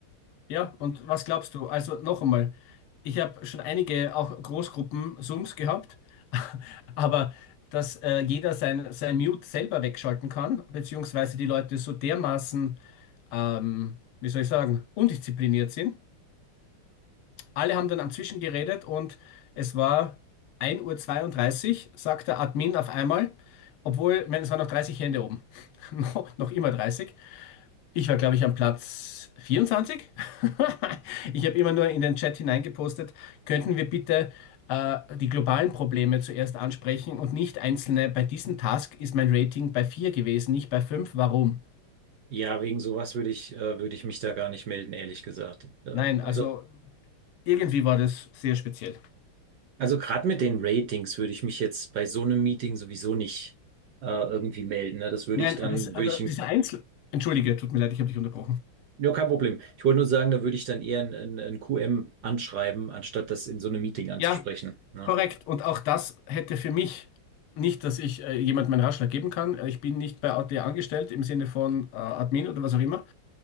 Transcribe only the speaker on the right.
Ja, wegen sowas würde ich, äh, würde ich mich da gar nicht melden, ehrlich gesagt. Äh,
also,
also gerade mit den Ratings würde ich mich jetzt bei so einem Meeting sowieso nicht äh, irgendwie melden. Ne? Das würde
ich dann,
würde ich,
ein-
ja, kein Problem. Ich wollte nur sagen, da würde ich dann eher ein, ein, ein QM anschreiben, anstatt das in so einem Meeting anzusprechen.
Ne?